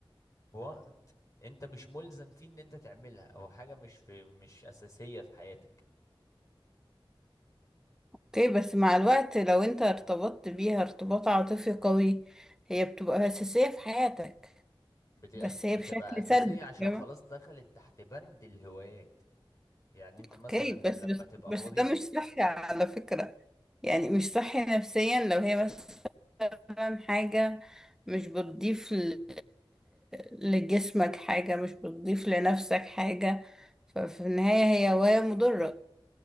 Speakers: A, on the left; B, in the centre.
A: في وقت انت مش ملزم فيه ان انت تعملها او حاجة مش في مش اساسية في حياتك
B: اوكي بس مع الوقت لو انت ارتبطت بيها ارتباط عاطفي قوي هي بتبقى اساسية في حياتك
A: بتأس-
B: بس هي
A: بتبقى
B: بشكل
A: اساسية
B: سلبي
A: عشان
B: فاهمة؟
A: خلاص دخلت تحت بند الهوايات يعني انت
B: اوكي
A: مثلا
B: بس
A: لما
B: بس
A: تبقى
B: بس
A: فاضي
B: ده مش صحي على فكرة يعني مش صحي نفسيا لو هي بس مثلا حاجة مش بتضيف ل- لجسمك حاجة مش بتضيف لنفسك حاجة ففي النهاية هي هواية مضرة